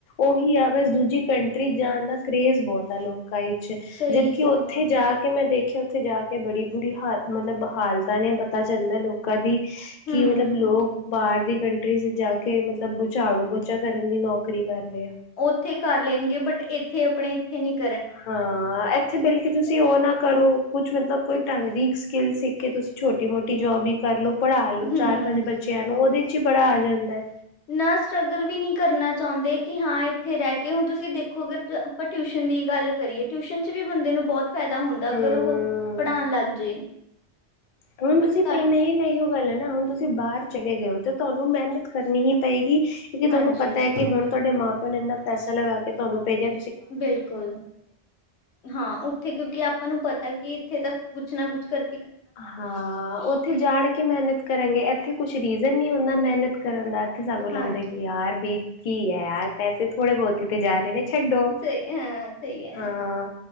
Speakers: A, on the left; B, on the left.
A: ਓਹੀ ਆ ਬਸ ਦੂਜੀ ਕੰਟਰੀ ਜਾਣ ਦਾ ਕਰੇਜ਼ ਬਹੁਤ ਆ ਲੋਕ ਕਾ ਇਚ,
B: ਸਹੀ
A: ਜਦਕੀ ਉੱਥੇ
B: ਜਮਾ
A: ਜਾ ਮੈਂ ਦੇਖਿਆ ਉੱਥੇ ਜਾ ਕੇ ਬੜੀ ਬੁਰੀ ਹਾਲ ਮਤਲਬ ਹਾਲਤਾਂ ਨੇ ਪਤਾ ਚੱਲਦਾ ਲੋਕਾਂ ਦੀ ਕੀ
B: ਹੂੰ
A: ਮਤਲਬ ਲੋਕ ਬਾਰ ਦੀ ਕੰਟਰੀਜ਼ ਜਾ ਕੇ ਮਤਲਬ ਝਾੜੂ ਪੋਚਾ ਕਰਨ ਦੀ ਨੌਕਰੀ ਕਰ ਰਹੇ ਆ
B: ਉੱਥੇ ਕਰ ਲੈਨਗੇ ਬਟ ਇੱਥੇ ਅਪਨੇ <unintelligible>
A: ਹਾਂ, ਏਥੇ ਬਲਕੀ ਤੁਸੀਂ ਉਹ ਨਾ ਕਰੋ ਕੁਛ ਮਤਲਬ ਕੋਈ ਢੰਗ ਦੀ ਸਕਿੱਲ ਸਿੱਖ ਕੇ ਤੁਸੀਂ ਛੋਟੀ ਮੋਟੀ ਜੋਬ ਵੀ ਕਰ ਲਓ। ਪੜ੍ਹਾ ਲੋ
B: ਹੂੰ
A: ਚਾਰ ਪੰਜ ਬੱਚਿਆਂ ਨੂੰ ਉਹਦੇ ਵਿੱਚ ਬੜਾ ਆ ਜਾਂਦੇ।
B: ਨਾ ਸਟਰ੍ਰਗਲ ਵੀ ਨਹੀਂ ਕਰਨਾ ਚਾਹੁੰਦੇ ਕਿ ਹਾਂ ਇੱਥੇ ਰਹਿ ਕੇ, ਹੁਣ ਤੁਸੀਂ ਦੇਖੋ ਅਗਰ ਆਪਾਂ ਟਿਊਸ਼ਨ ਦੀ ਗੱਲ ਕਰੀਏ ਟਿਊਸ਼ਨ ਚ ਵੀ ਬੰਦੇ ਨੂੰ ਬਹੁਤ ਫਾਇਦਾ ਹੁੰਦਾ ਅਗਰ
A: ਹਮ
B: ਉਹ ਪੜ੍ਹਾਣ ਲੱਗ ਜੇ
A: ਹੁਣ
B: ਬਟ
A: ਤੁਸੀਂ
B: ਘ
A: ਮੇਨ ਇਹੋ ਗੱਲ ਹੈ ਨਾ ਹੁਨ ਤੁਸੀਂ ਬਾਹਰ ਚਲੇ ਗਏ ਹੋ ਤੇ ਤੁਹਾਨੂੰ ਮਿਹਨਤ ਕਰਨੀ ਹੀ ਪਏਗੀ। ਕਿਉਂਕਿ ਤੁਹਾਨੂੰ
B: ਹਾਂਜੀ
A: ਪਤਾ ਹੈ ਕਿ ਹੁਣ ਤੁਹਾਡੇ ਮਾਂ ਹੁਨ ਇੰਨਾ ਪੈਸਾ ਲਗਾ ਕੇ ਤੁਹਾਨੂੰ ਭੇਜੇ
B: ਬਿਲਕੁਲ ਹਾਂ ਉੱਥੇ ਕਿਉਂਕਿ ਆਪ ਆਪਾਂ ਨੂੰ ਪਤਾ ਕਿ ਇੱਥੇ ਤ ਕੁੱਛ ਨਾ ਕੁੱਛ ਕਰ
A: ਹਾਂ ਉੱਥੇ ਜਾਣ ਕੇ ਮਿਹਨਤ ਕਰਾਂਗੇ ਇੱਥੇ ਕੁਛ ਰੀਜ਼ਨ ਨਹੀਂ ਹੁੰਦਾ ਮਿਹਨਤ ਕਰਨ ਦਾ ਇੱਥੇ ਸਾਨੂੰ ਲੱਗਦਾ
B: ਹਾਂਜੀ
A: ਕਿ ਯਾਰ ਵੀ ਕੀ ਹੈ ਯਾਰ ਪੈਸੇ ਥੋੜੇ ਬਹੁਤੀ ਤੇ ਜਾ ਰਹੇ ਨੇ ਛੱਡੋ,
B: ਸਹੀ ਹਾਂ ਸਹੀ ਹੈ
A: ਹਾਂ